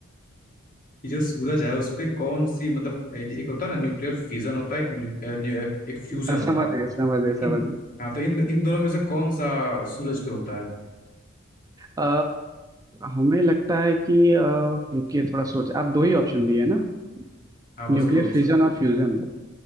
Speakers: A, on the left (about 45°); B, on the right (about 15°).
A: कि जो सूरज है उस पे कौन सी मतलब एक होता है ना न्यूक्लियर फिजन होता है एक न्यू- न्यू- एक फ्यूजन
B: अ,
A: होता
B: समझ
A: है
B: गए समझ
A: तो
B: गए समझ
A: इन
B: गए
A: हाँ तो इन इन दोनों में से कौन सा सूरज पे होता है
B: अ, हमें लगता है कि अ, रुकिए थोड़ा सोच आप दो ही ऑप्शन दिए ना
A: हाँ बस
B: न्यूक्लियर
A: दो ऑप्शन
B: फिजन और फ्यूजन